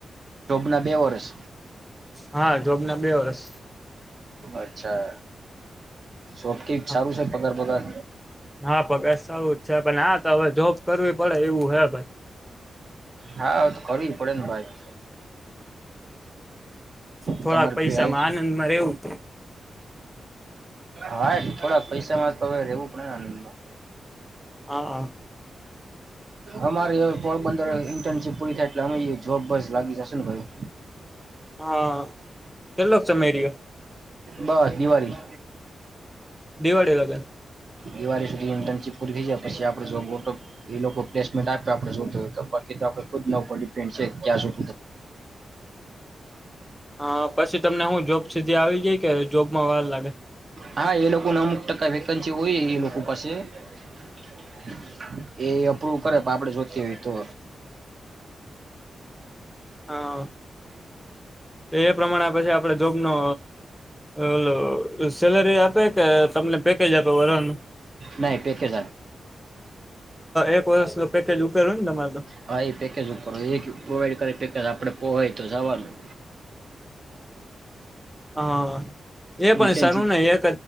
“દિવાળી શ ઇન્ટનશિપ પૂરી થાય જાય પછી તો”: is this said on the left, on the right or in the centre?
Right